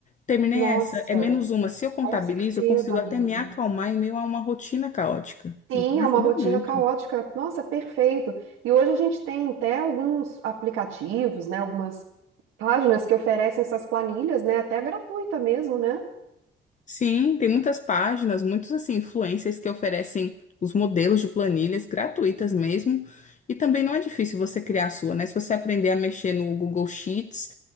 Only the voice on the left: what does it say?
Terminei
essa, é menos uma. Se eu contabilizo,
eu consigo
até me acalmar em meio a uma rotina caótica.
Então
ajuda
muito.
Sim, tem muitas páginas, muitos assim, influencers que oferecem os modelos de planilhas gratuitas mesmo. E também não é difícil você criar a sua, né? Se você aprender a mexer no Google Sheets